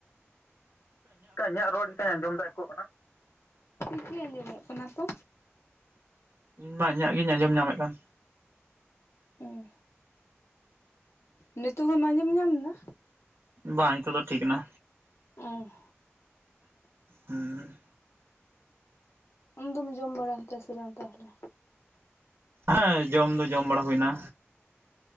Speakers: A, on the left (about 70°); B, on the right (about 60°).
A: ᱠᱟ ᱤᱧᱟᱹᱜ ᱨᱚᱲ ᱪᱮᱠᱟᱹᱧ ᱟᱸᱡᱚᱢ ᱫᱟ ᱮᱠᱚᱜ ᱠᱟᱱᱟ ᱴᱷᱤᱠ ᱜᱮ ᱟᱸᱡᱚᱢᱚᱜ ᱠᱟᱱᱟ ᱛᱚ
B: ᱢᱟ ᱤᱧᱟᱹᱜ ᱜᱤᱧ ᱟᱸᱡᱚᱢ ᱧᱟᱢᱮᱜ ᱠᱟᱱ
A: ᱦᱮᱸ ᱱᱤᱛᱚᱝ ᱦᱚᱸᱢ ᱟᱡᱚᱢ ᱧᱟᱢ ᱫᱟ
B: ᱵᱟᱝ ᱱᱤᱛᱚᱜ ᱫᱚ ᱴᱷᱤᱠ ᱱᱟ
A: ᱚᱸ
B: ᱦᱩᱸ
A: ᱟᱢ ᱫᱚᱢ ᱡᱚᱢ ᱵᱟᱲᱟ ᱠᱮᱫᱟ ᱥᱮ ᱵᱟᱝ ᱛᱟᱦᱞᱮ?
B: ᱟᱸᱭ ᱡᱚᱢ ᱫᱚ ᱡᱚᱢ ᱵᱟᱲᱟ ᱦᱩᱭᱮᱱᱟ᱾